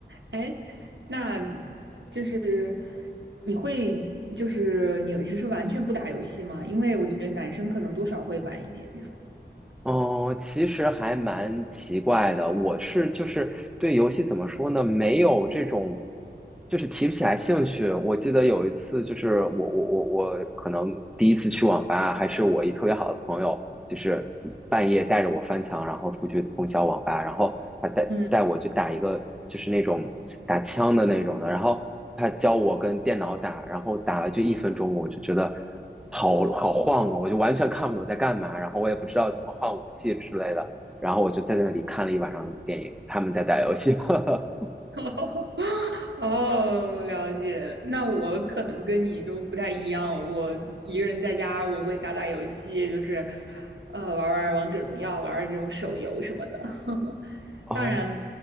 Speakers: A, on the right (about 80°); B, in the centre.
A: 哎，那就是你会，就是你是说完全不打游戏吗？因为我觉得男生可能多少会玩一点这种。
B: 哦，其实还蛮奇怪的。我是就是对游戏怎么说呢，没有这种，就是提不起来兴趣。我记得有一次，就是我我我我可能第一次去网吧，还是我一特别好的朋友，就是半夜带着我翻墙，然后出去通宵网吧，然后他带带我去打一个就是那种打枪的那种的，
A: 嗯。
B: 然后他教我跟电脑打，然后打了就一分钟，我就觉得好好晃啊，我就完全看不懂在干嘛，然后我也不知道怎么换武器之类的，然后我就在那里看了一晚上电影，他们在打游戏。<laughs>
A: <laughs> 哦，了解。那我可能跟你就不太一样，我一个人在家，我会打打游戏，就是，呃，玩玩王者荣耀，玩玩这种手游什么的。<laughs>
B: 哦，
A: 当然，